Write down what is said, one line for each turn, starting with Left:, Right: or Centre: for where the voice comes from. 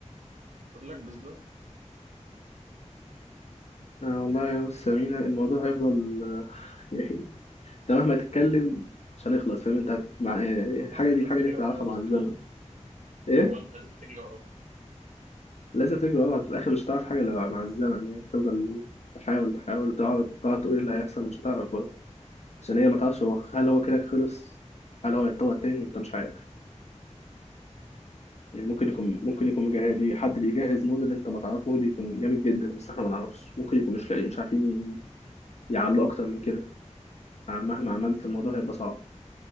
Right: بقول لك بالظبط
Left: آه والله يا بص يا مينا الموضوع هيفضل آه، <laughs> يعني أنت مهما تتكلم مش هنخلص فاهم أنت هت- مع... آه،
Right: هو
Left: الحاجة
Right: أنت لازم
Left: دي الحاجة
Right: تجري
Left: دي هتعرفها
Right: ورايا غصب
Left: مع الزمن
Right: عنك
Left: إيه؟
Right: هو انت لازم تجري وراه
Left: لازم تجري ورا في الاخر مش هتعرف حاجه الا مع الزمن يعني تفضل تحاول تحاول تقعد تقعد تقول ايه اللي هيحصل مش هتعرف برضه عشان هي ما تعرفش هو هل هو كده خلص هل هو يتطور تاني انت مش عارف يعني ممكن يكون ممكن يكون مجهز حد بيجهز موديل انت ما تعرفش ممكن يكون جامد جدا بس احنا ما نعرفش ممكن يكون مش لاقي مش عارفين يعلوا اكتر من كده يعني مهما عملت الموضوع هيبقى صعب